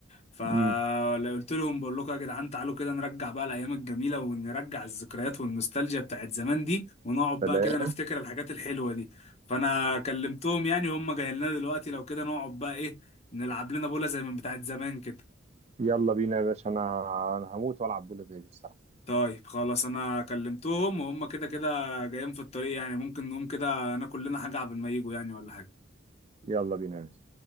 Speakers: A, on the left; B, on the right.
A: فقلت
B: أمم.
A: لهم بقول لكم يا جدعان تعالوا كده نرجع بقى الايام الجميله ونرجع الذكريات والنوستالجيا بتاعت زمان دي ونقعد
B: سلام
A: بقى كده نفتكر الحاجات الحلوه دي فانا كلمتهم يعني وهم جايين لنا دلوقتي لو كده نقعد بقى ايه نلعب لنا بوله زي من بتاعت زمان كده
B: يلا بينا يا باشا أنا أنا هموت وألعب بولا زي دي الساعة
A: طيب خلاص انا كلمتهم وهم كده كده جايين في الطريق يعني ممكن نقوم كده ناكل لنا حاجه قبل ما يجوا يعني ولا حاجه
B: يلا بينا يا باشا